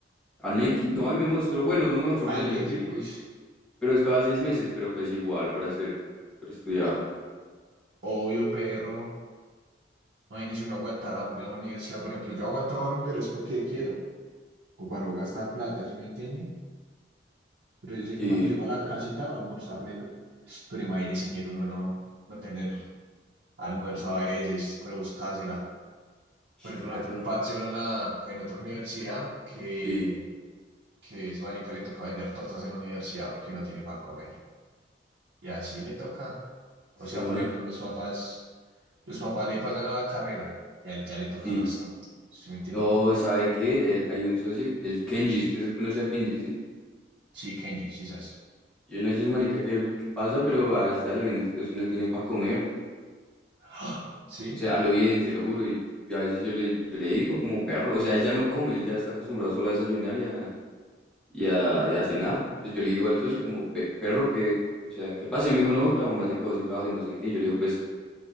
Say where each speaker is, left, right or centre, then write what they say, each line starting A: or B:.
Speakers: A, in the centre; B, on the right.
A: Al Neki, no, ahí me mostró, bueno, no me mostró,
B: Al
A: pero yo
B: Neki.
A: leí.
B: Uy,
A: Pero es cada seis meses, pero pues igual, para hacer, para estudiar.
B: obvio, perro. Imagínese uno aguantar hambre en la universidad, por ejemplo. Yo aguanto hambre, pero es porque quiero. O para no gastar plata, ¿sí me entiende? Pero yo sé
A: Sí,
B: que cuando llego a la casita va a almorzármelo. Pero imagínese, señor, uno no, no tener almuerzo a veces, puede buscársela.
A: sh,
B: Por ejemplo,
A: claro,
B: yo tengo un
A: no.
B: parcelo en, la, en otra universidad que
A: Sí,
B: que es marica le toca vender tortas en la universidad porque no tiene para comer. Y así le toca.
A: zonas,
B: O sea, por ejemplo, los papás, los papás le pagan la carrera y a él ya le toca
A: sí.
B: el resto. ¿Sí me entiende?
A: No, ¿sabe qué? El- hay un socio, el Kenji, ¿usted conoce a Kenji, sí?
B: Sí, Kenji, quizás.
A: Yo no sé, marica, qué es lo que pasa, pero a veces a lo bien el socio no tiene para comer.
B: ¡Ah! <gasps> Sí,
A: O sea, a lo bien, se lo juro. Y, y a veces yo le, pues, yo le digo como perro, o sea, él ya no come, él ya está acostumbrado solo a desayunar y a, y a cenar. Pues yo le digo al socio como, "Pe- perro, que, o sea, ¿qué pasa? Y me dijo, no, que la mamá se quedó sin trabajo y no sé qué. yo le digo, pues,